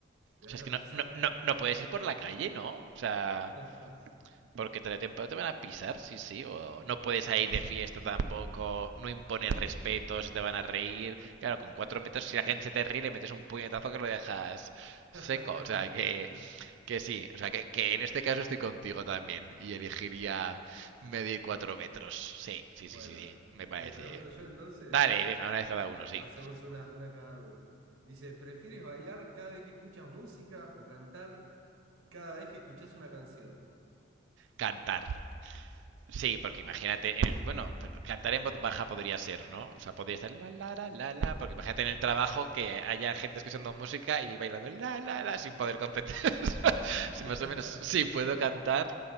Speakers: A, on the right; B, on the right.
A: Te
B: O sea,
A: van
B: es que
A: a
B: no,
A: pisar.
B: no, no, no puedes ir por la calle, ¿no? O sea...
A: <laughs>
B: Porque te, te, te van a pisar, sí, sí. O no puedes ir de fiesta tampoco, no impones respeto, se te van a reír. Claro, con cuatro
A: Sí.
B: metros, si la gente se te ríe, le metes un puñetazo que lo dejas seco.
A: <laughs>
B: O sea, que, que sí. O sea, que, que en este caso estoy contigo también. Y elegiría
A: Claro.
B: medir cuatro metros. Sí, sí,
A: Bueno,
B: sí, sí, sí. Me
A: te,
B: parece.
A: te pregunto yo entonces.
B: Dale, venga, una vez cada uno, sí.
A: Hacemos una, una cada uno. Dice, ¿prefieres bailar cada vez que escuchas música o cantar cada vez que escuchas una canción?
B: Cantar. Sí, porque imagínate, en el, bueno, pero cantar en voz baja podría ser, ¿no? O sea, podría estar la la la la la, porque imagínate en el trabajo que haya gente escuchando música y bailando la la la sin poder concentrarse. <laughs> Si
A: <laughs>
B: más o menos, sí puedo cantar,